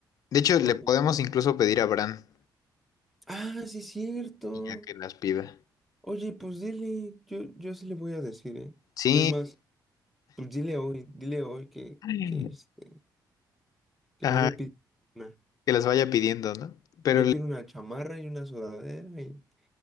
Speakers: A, on the left (about 50°); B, in the centre.
A: De hecho, le
B: Porque...
A: podemos incluso pedir a Bran
B: Ah, sí, cierto.
A: y ya que las pida.
B: Oye, pues dile, yo, yo sí le voy a decir, ¿eh?
A: Sí,
B: Es más, pues dile hoy, dile hoy que,
A: <gasps>
B: que este... que
A: ajá,
B: voy a pedir una.
A: que las vaya pidiendo, ¿no? Pero
B: Yo quiero una chamarra y una sudadera y,